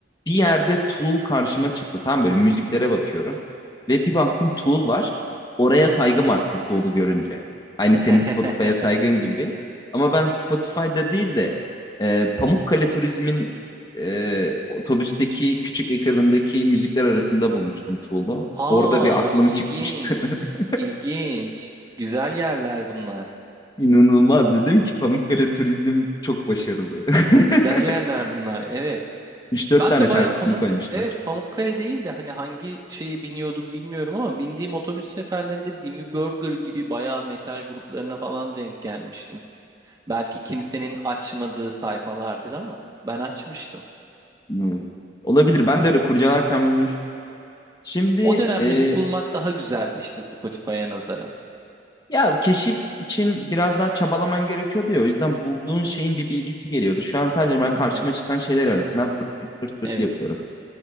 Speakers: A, on the left; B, on the right.
A: Bir yerde Tool karşıma çıktı. Tam böyle müziklere bakıyorum. Ve bir baktım Tool var. Oraya saygım arttı Tool'u görünce. Aynı
B: <laughs>
A: senin Spotify'a saygın gibi. Ama ben Spotify'da değil de e, Pamukkale Turizm'in e, otobüsteki küçük ekranındaki müzikler arasında bulmuştum Tool'u.
B: Aa,
A: Orada bir aklım
B: ilginç.
A: çıkmıştı. <laughs>
B: İlginç. Güzel yerler bunlar.
A: İnanılmaz dedim ki Pamukkale Turizm çok başarılı.
B: Güzel
A: <laughs>
B: yerler bunlar. Evet.
A: Üç dört
B: Ben
A: tane
B: de
A: şarkısını
B: baya Pamuk
A: koymuşlar.
B: evet Pamukkale değil de hani hangi şeye biniyordum bilmiyorum ama bindiğim otobüs seferlerinde Dimi Burger gibi baya metal gruplarına falan denk gelmiştim. Belki kimsenin açmadığı sayfalardır ama ben açmıştım.
A: Hmm. Olabilir. Ben de öyle kurcalarken bulmuştum. Şimdi
B: O dönem
A: e,
B: müzik bulmak daha güzeldi işte Spotify'a nazaran.
A: ya keşif için biraz daha çabalaman gerekiyordu ya. O yüzden bulduğun şeyin bir bilgisi geliyordu. Şu an sadece ben karşıma
B: Evet,
A: çıkan şeyler arasından pırt pırt pırt, pırt
B: evet.
A: yapıyorum.